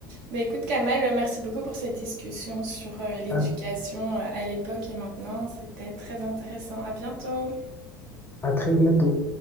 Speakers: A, on the right; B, on the left.
A: Mais écoute, Kamel, euh, merci beaucoup pour cette discussion sur euh, l'éducation
B: À,
A: euh, à l'époque et maintenant. C'était très intéressant. À bientôt.
B: à très bientôt.